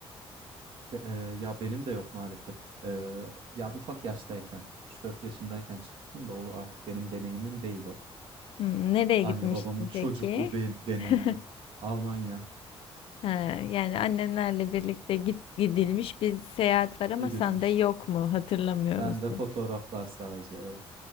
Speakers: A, on the right; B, on the left.
A: Ke- e, ya benim de yok maalesef. E, ya ufak yaştayken, üç dört yaşımdayken çıkmışım da o artık benim deneyimim değil o.
B: Hmm, nereye
A: Anne
B: gitmiştin
A: babamın çocuklu
B: peki?
A: de- deneyimi.
B: <laughs>
A: Almanya
B: Ha, yani annenlerle birlikte git, gidilmiş bir seyahat var ama
A: gidilmiş.
B: sen de yok mu? Hatırlamıyor
A: Ben
B: musun?
A: de fotoğraflar sadece evet